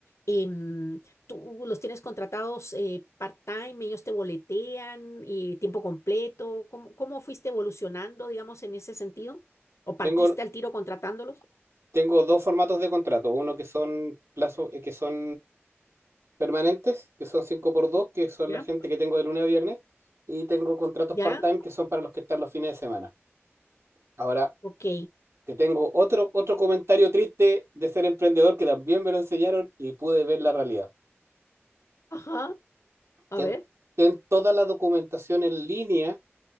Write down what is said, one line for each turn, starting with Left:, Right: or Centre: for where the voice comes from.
Left: em, tú los tienes contratados eh, part-time, ellos te boletean, eh, tiempo completo, ¿cómo, cómo fuiste evolucionando, digamos, en ese sentido? ¿O partiste
Right: Tengo,
Left: al tiro contratándolos?
Right: tengo dos formatos de contrato, uno que son plazo, eh, que son permanentes, que son 5 por 2, que son
Left: ¿Ya?
Right: la gente que tengo de lunes a viernes, y tengo contratos
Left: ¿Ya?
Right: part-time que son para los que están los fines de semana. Ahora,
Left: Ok.
Right: te tengo otro, otro comentario triste de ser emprendedor que también me lo enseñaron y pude ver la realidad.
Left: Ajá. A
Right: Ten,
Left: ver.
Right: ten toda la documentación en línea